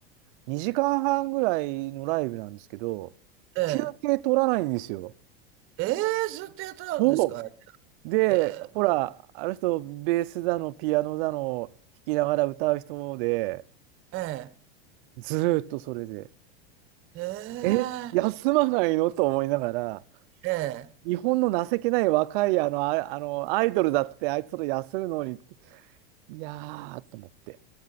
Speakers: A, on the right (about 60°); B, on the right (about 40°).
A: 2時間半ぐらいのライブなんですけど、
B: ええ。
A: 休憩取らないんですよ。
B: ええ、ずっとやってたんですか？
A: そう。で、
B: ええ。
A: ほら、あの人、ベースだの、ピアノだの、弾きながら歌う人で、
B: え
A: ずーっとそれで、
B: え。ええ。
A: え、休まないのと思いながら、
B: ええ。
A: 日本の情けない若いあの、あ、あの、アイドルだって、あいつら休むのに、いやーと思って、